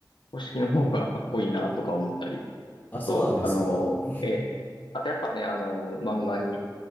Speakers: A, on the left (about 75°); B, on the left (about 25°).
A: 公式の方がかっこいいなとか思ったり。
B: あ、
A: あと、
B: そうなんですか。
A: あの、
B: <laughs>
A: ええ、あとやっぱね、あの、漫画に